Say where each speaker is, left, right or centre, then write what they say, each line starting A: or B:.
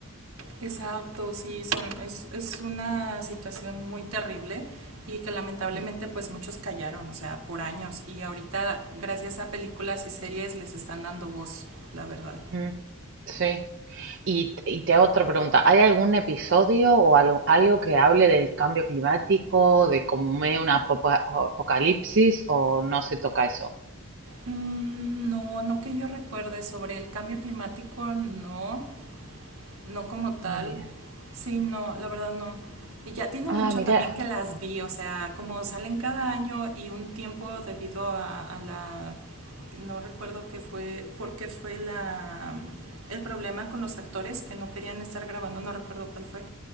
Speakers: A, on the right; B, on the right.
A: Exacto, sí, son, es, es una situación muy terrible y que lamentablemente
B: Mm.
A: pues muchos callaron, o sea, por años. Y ahorita gracias a películas y series les están dando voz, la verdad.
B: Mm, sí. Y, y te hago otra pregunta. ¿Hay algún episodio o algo, algo que hable del cambio climático, de como medio una apopa- apocalipsis o no se toca eso?
A: Mm, No, no que yo recuerde sobre el cambio climático, no, no como tal,
B: Ah, mira.
A: sí, no, la verdad no. Y ya tiene
B: Ah,
A: mucho
B: mira.
A: también que las vi, o sea, como salen cada año y un tiempo debido a, a la, no recuerdo qué fue, porque fue la, el problema con los actores que no querían estar grabando, no recuerdo cuál fue,